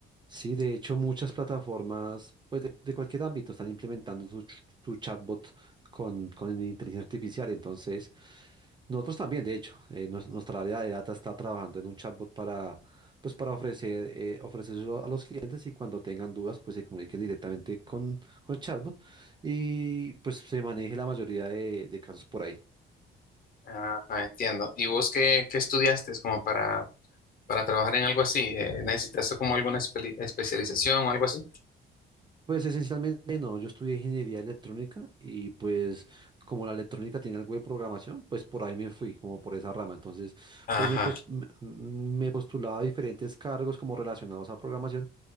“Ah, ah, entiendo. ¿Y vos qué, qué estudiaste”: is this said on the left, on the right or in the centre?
Left